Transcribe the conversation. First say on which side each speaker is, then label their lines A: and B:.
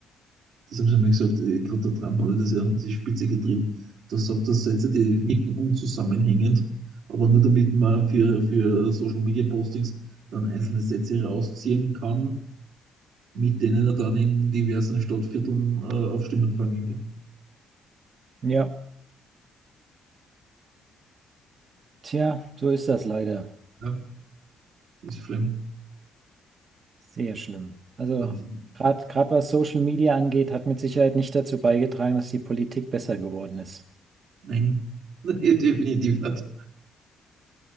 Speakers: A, on the right; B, on the right.
A: das haben sie mal gesagt, Ich glaube, der Trump hat das ja an die Spitze getrieben. Da sagt er Sätze, die wirken unzusammenhängend, aber nur damit man für, für Social Media Postings dann einzelne Sätze rausziehen kann mit denen er dann in diversen Stadtvierteln äh, auf Stimmen fangen kann.
B: Ja, tja, so ist das leider.
A: Ja. Ist schlimm.
B: Sehr schlimm. Also
A: Aber
B: gerade gerade was Social Media angeht, hat mit Sicherheit nicht dazu beigetragen, dass die Politik besser geworden ist.
A: nein, <laughs> definitiv nicht.